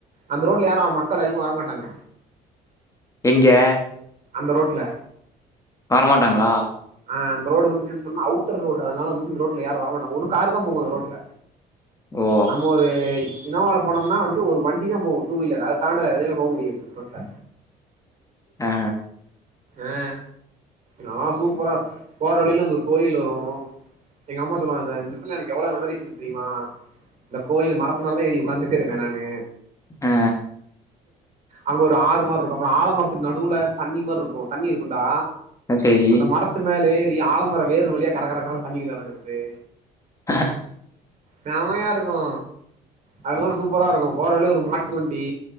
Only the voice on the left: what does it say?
எங்க
வரமாட்டாங்களா
ஓ!
ஆ
ஆ
சரி.
<unintelligible>